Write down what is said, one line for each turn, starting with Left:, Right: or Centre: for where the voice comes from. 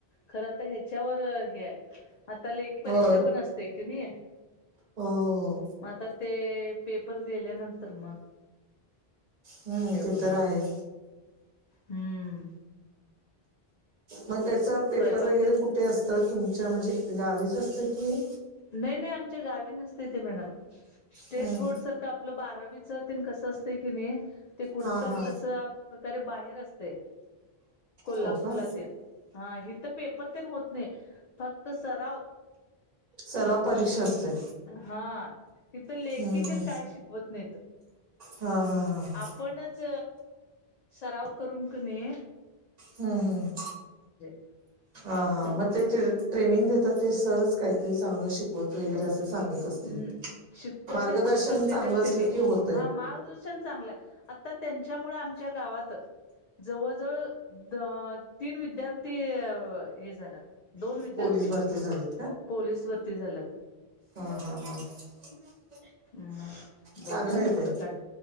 Left: खरं आता ह्याच्यावर हे आहे आता लेखी परीक्षा
Right: हो हो
Left: पण असते की नाही.
Right: हो
Left: मग आता ते पेपर दिल्यानंतर तर मग
Right: हम्म
Left: हे होणार
Right: ते तर आहे.
Left: हम्म
Right: मग त्याच पेपर
Left: स्वयंपाक
Right: वगैरे
Left: तेन
Right: कुठे असतं तुमच्या म्हणजे गावीच असतं कि
Left: नाही नाही आमच्या गावी नसते ते मॅडम. स्टेट
Right: हम्म
Left: बोर्ड सारख आपलं बारावीच तेन कसं असतयं की नाही ते कुठतर
Right: हा हा
Left: तसं प्रकारे बाहेर असते. कोल्हापूरला
Right: हो का
Left: तेन. हा हितं पेपर तेण होत नाही. फक्त सराव
Right: सराव परीक्षा असते.
Left: हा इथं लेखी
Right: हम्म
Left: तेण
Right: हम्म
Left: काय शिकवत नाहीत.
Right: हा हा हा हा
Left: आपणच सराव करून की नाहीे
Right: हम्म हम्म
Left: <inaudible>
Right: हा हा मग ते ट्रेनिंग देतात ते सरच काहीतरी चांगलं शिकवत वगैरे असं सांगत असतील.
Left: हम्म शिकवत
Right: मार्गदर्शन
Left: नाही पुस्तक
Right: चांगलं
Left: देतात त्यांनी.
Right: असलं की होतय
Left: हा मार्गदर्शन चांगलंय. आता त्यांच्यामुळे आमच्या गावात जवळ जवळ तीन विद्यार्थी हे झाल्यात. दोन विद्यार्थी
Right: पोलीस भरती झालीत का
Left: पोलीस भरती झाल्यात.
Right: <unintelligible>
Left: <unintelligible> मग बघूया
Right: चांगलं
Left: म्हटलं
Right: आहे ते
Left: काय